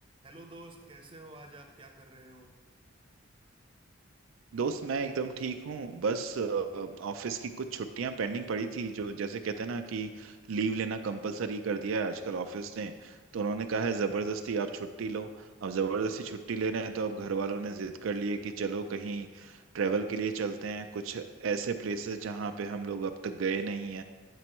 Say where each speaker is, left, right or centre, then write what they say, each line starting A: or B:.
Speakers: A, on the right (about 25°); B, on the right (about 75°).
A: Hello दोस्त कैसे हो आज आप क्या कर रहे हो
B: दोस्त मैं एकदम ठीक हूँ बस अ, ऑफिस की कुछ छुट्टियां पेंडिंग पड़ी थी जो जैसे कहते हैं ना कि लीव लेना कंपलसरी कर दिया है आजकल ऑफिस ने तो उन्होंने कहा है जबरदस्ती आप छुट्टी लो अब जबरदस्ती छुट्टी ले रहे हैं तो अब घर वालों ने जिद कर ली है कि चलो कहीं ट्रेवल के लिए चलते हैं कुछ ऐसे प्लेसेस जहाँ पे हम लोग अब तक गए नहीं